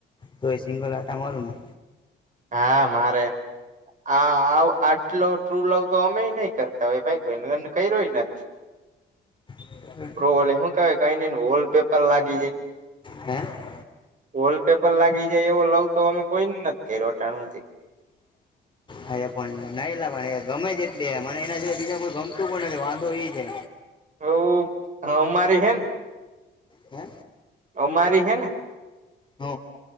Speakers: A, on the left; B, on the right.
A: તો એ સિંગલ આટા મારું ને
B: હા મારે હા આટલો ટ્રુ લવ તો અમે નહી કરતા હોય ભાઈ કોઈ ને અને અમે રહ્યો નથી <unintelligible>
A: <inaudible>
B: રોલ એ હુ કેવાય કઈને વોલ પેપર લાગી જાય
A: હે
B: વોલ પેપર લાગી જાય એવો લઉ તો અમે કોઈ નથી કર રોટાણથી
A: હ પણ નાયલા પણ ગમે છે એટલી મને એના સિવા બીજા કોઈ ગમતું પણ નથી વાંધો એ છે
B: એવુ હ મારી છે ને
A: હે
B: અમારી હૈ ને
A: હ